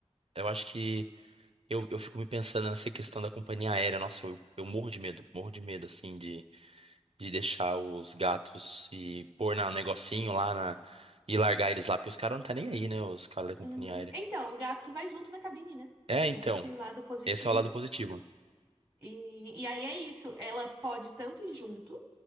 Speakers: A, on the right; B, in the centre.
A: eu acho que eu, eu fico me pensando nessa questão da companhia aérea. Nossa, eu, eu morro de medo, morro de medo, assim, de, de deixar os gatos e pôr na, um negocinho lá na, e largar eles lá, porque os caras não tá nem aí, né, os caras da companhia
B: Uhum.
A: aérea.
B: Então, o gato vai junto na cabine, né?
A: É, então,
B: Tem esse lado positivo.
A: esse é o lado positivo.
B: E, e aí é isso. Ela pode tanto ir junto,